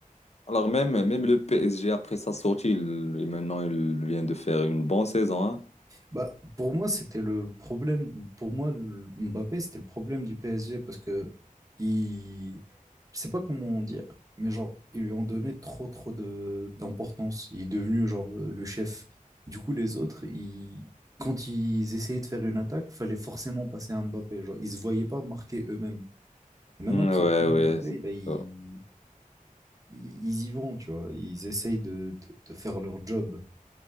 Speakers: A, on the left; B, on the right.
A: alors même, même le PSG, après sa sortie, il- il- maintenant, il vient de faire une bonne saison, hein?
B: Bah, pour moi, c'était le problème. Pour moi, le- Mbappé, c'était le problème du PSG parce que il... je sais pas comment dire, mais genre, ils lui ont donné trop, trop de d'importance. Il est devenu genre euh, le chef. Du coup, les autres, ils... quand ils essayaient de faire une attaque, fallait forcément passer à Mbappé. Genre, ils se voyaient pas marquer eux-mêmes. Et maintenant
A: Hmm,
B: qu'il
A: Ouais,
B: n'y a plus
A: ouais.
B: Mbappé, eh ben, ils...
A: Oh.
B: ils ils y vont, tu vois. Ils essayent de, de de faire leur job.